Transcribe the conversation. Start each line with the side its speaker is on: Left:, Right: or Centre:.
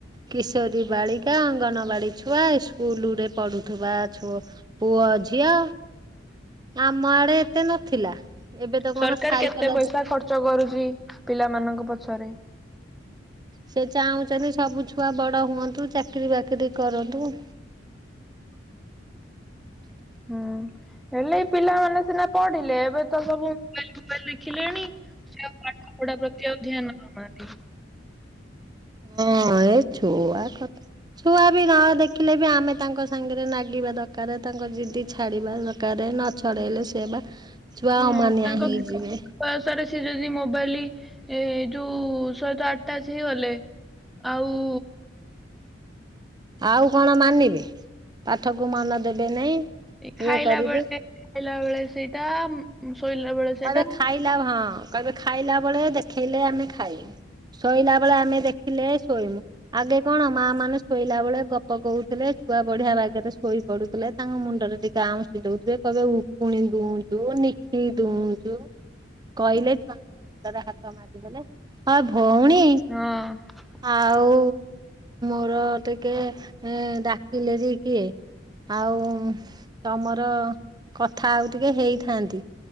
Right: କିଶୋରୀ ବାଳିକା, ଅଙ୍ଗନବାଡି ଛୁଆ, ସ୍କୁଲ ରେ ପଢୁଥିବା ଛୁ ପୁଅ ଝିଅ, ଆମ ଆଡେ ଏତେ ନଥିଲା। ଏବେ ତ
Centre: ସରକାରି
Right: କଣ ସାଇକେଲ
Centre: କେତେ ପଇସା ଖର୍ଚ୍ଚ କରୁଛି ପିଲାମାନଙ୍କ ପଛରେ।
Right: ସେ ଚାହୁଁଛନ୍ତି ସବୁ ଛୁଆ ବଡ଼ ହୁଅନ୍ତୁ ଚାକିରି ବାକିରି କରନ୍ତୁ।
Centre: <inaudible> ହୁଁ ହେଲେ ଏ ପିଲାମାନେ ସିନା ପଢିଲେ, ଏବେ ତ ସବୁ ଶିଖିଲେଣି ସେ ଆଉ ପାଠ ପଢା ପ୍ରତି ଆଉ ଧ୍ୟାନ ଦଉନାହାନ୍ତି।
Right: ହଁ ଏ ଛୁଆ କଥା, ଛୁଆ ବି ନ ଦେଖିଲେ ବି ଆମେ ତାଙ୍କ ସାଙ୍ଗରେ ନାଗି ନାଗିବା ଦରକାରେ ଙ୍କ ଦିଦି ଛାଡିବା ଦରକାରେ। ନଛଡେଇଲେ ସିଏ ବା ଛୁଆ
Centre: ହଁ
Right: ଅମାନିଆ
Centre: ତାଙ୍କ
Right: ହେଇଯିବେ।
Centre: ପାସାରେ ସିଏ ଯଦି ମୋବାଇଲି ଏଇ ଯୋଉ ଶହିତ ଆଟାଜ ହେଇଗଲେ, ଆଉ
Right: ଆଉ କଣ ମାନିବେ। ପାଠକୁ ମନ ଦେବେ ନେଇ,
Centre: ଖାଇଲା
Right: ଇଏ କରିବେ।
Centre: ବେଳେ ଖାଇଲା ବେଳେ ସେଇଟା, ଶୋଇଲା ବେଳେ ସେଇଟା
Right: କହିବେ ଖାଇଲା ହଁ କହିବେ ଖାଇଲା ବେଳେ ଦେଖେଇଲେ ଆମେ ଖାଇ ଶୋଇଲା ବେଳେ ଆମେ ଦେଖିଲେ ଶୋଇମୁ, ଆଗେ କଣ ମା ମାନେ ଶୋଇଲା ବେଳେ ଗପ କହୁଥିଲେ ଛୁଆ ବଢିଆ ବାଗେରେ ଶୋଇ ପଡୁଥିଲେ ତାଙ୍କ ମୁଣ୍ଡରେ ଟିକେ ଆଉଁସି ଦଉଥିବେ କହିବେ ଉକୁଣି ଦୁଉଁଦୁଁ ନିଖି ଦଉଛୁ କହିଲେ ଛୁଆଙ୍କର ମୁଣ୍ଡରେ ହାତ ମାରିଦେଲେ ଭଉଣୀ,
Centre: ହଁ
Right: ଆଉ
Centre: <inaudible>
Right: ପର ଟିକେ ଡାକିଲେରି କିଏ। ଆଉ ତମର, କଥା ଆଉ ଟିକେ ହେଇଥାନ୍ତି।